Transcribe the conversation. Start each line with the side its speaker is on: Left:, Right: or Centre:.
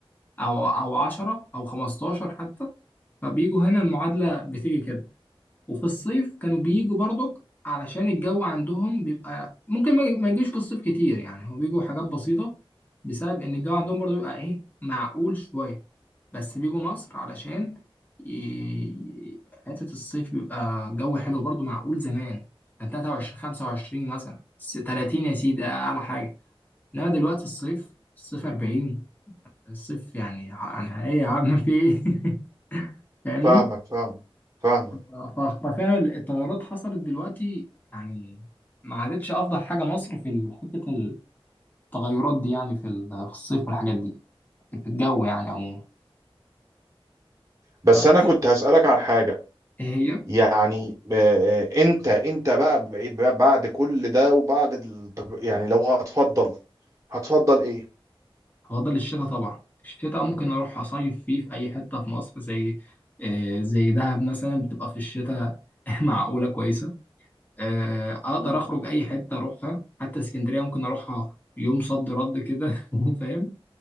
Left: او او 10 او 15 حتى فبيجوا هنا المعادلة بتيجي كده وفي الصيف كانوا بيجوا برضك علشان الجو عندهم بيبقى ممكن ما ما يجيش في الصيف كتير يعني هو بيجوا حاجات بسيطة بسبب إن الجو عندهم برضو بيبقى إيه معقول شوية بس بيجوا مصر علشان ي- حتة الصيف بيبقى الجو حلو برضو معقول زمان كان 23 25 مثلا س- 30 يا سيدي أعلى حاجة لا دلوقتي الصيف الصيف 40 الصيف يعني ع- يعني إيه يا عم في إيه <laughs> فاهمني؟
Right: فاهمك فاهمك فاهمك
Left: ف- ففعلا التغيرات حصلت دلوقتي يعني ما عادتش افضل حاجه مصر في ال- حته التغيرات دي يعني في ال- في الصيف والحاجات دي في الجو يعني عموما
Right: بس
Left: فانت
Right: انا كنت هسالك على حاجه
Left: ايه هي
Right: يعني آه، آه، انت انت بقى بعيد- بقى بعد كل ده وبعد ال- يعني لو هتفضل هتفضل ايه
Left: افضل الشتاء طبعا الشتاء ممكن اروح اصيف فيه في اي حته في مصر زي آه، زي دهب مثلا بتبقى في الشتاء <laughs> معقوله كويسه آه، اقدر اخرج اي حته اروحها حتى اسكندريه ممكن اروحها يوم صد رد كده <laughs> فاهم